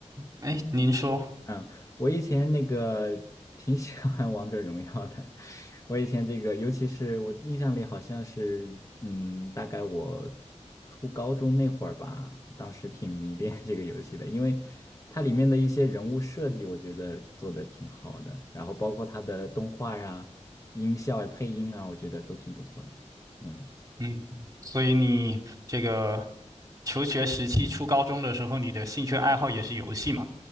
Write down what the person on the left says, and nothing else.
嗯，我以前那个挺喜欢 <laughs> 王者荣耀的。我以前这个，尤其是我印象里好像是，嗯，大概我初高中那会儿吧，当时挺迷恋 <laughs> 这个游戏的，因为它里面的一些人物设计，我觉得做的挺好的，然后包括它的动画呀、音效呀、配音啊，我觉得都挺不错的。嗯，